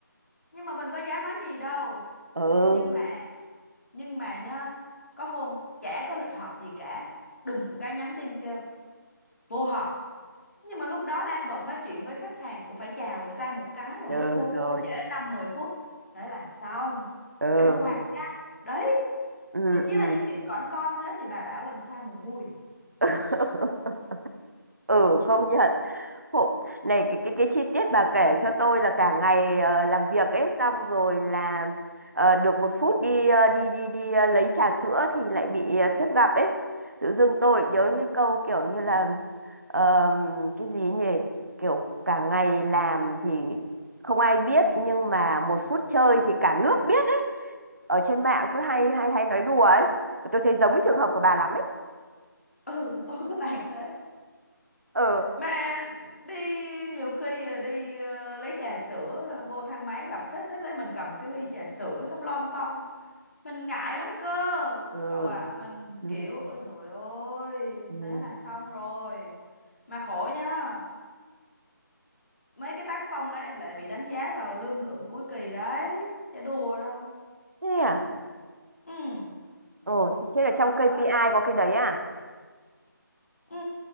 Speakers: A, on the left (about 45°); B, on the right (about 50°).
A: nhưng mà mình có dám nói gì đâu
B: ừ
A: nhưng mà nhưng mà nhá có hôm chả có lịch họp gì cả đùng một cái nhắn tin kêu vô họp nhưng mà lúc đó đang bận nói chuyện với khách hàng cũng phải chào người ta một cái rồi
B: ừ,
A: mới vô
B: rồi
A: vô trễ năm mười phút thế là xong
B: ừ
A: ăn quạt nha đấy
B: ừ
A: nó chỉ
B: ừ
A: là những chuyện cỏn con thế thì bà bảo làm sao mà vui
B: <laughs> ừ công nhận Hộ, này cái cái cái chi tiết bà kể cho tôi là cả ngày ờ, làm việc ấy xong rồi là ờ, được một phút đi ờ, đi đi đi ờ, lấy trà sữa thì lại bị ờ, sếp gặp ấy tự dưng tôi nhớ cái câu kiểu như là ờm, cái gì nhỉ kiểu cả ngày làm thì không ai biết nhưng mà một phút chơi thì cả nước biết ấy ở trên mạng cứ hay hay hay nói đùa ấy tôi thấy giống cái trường hợp của bà lắm ấy
A: ừ mà tôi cứ tàn thế
B: ừ
A: mà đi nhiều khi đi ờ, lấy trà sữa ờ, vô thang máy gặp sếp thế đấy mình cầm cái ly trà sữa xong lon ton mình ngại lắm cơ
B: ừ
A: cậu à mình
B: Ừ.
A: kiểu ôi dồi ôi
B: Ừ.
A: thế là xong rồi mà khổ nhá mấy cái tác phong đấy lại bị đánh giá vào lương thưởng cuối kỳ đấy chả đùa đâu
B: Thế à?
A: ừ
B: Ồ, thế thế
A: bởi
B: là trong KPI
A: vậy
B: có cái đấy à?
A: ừ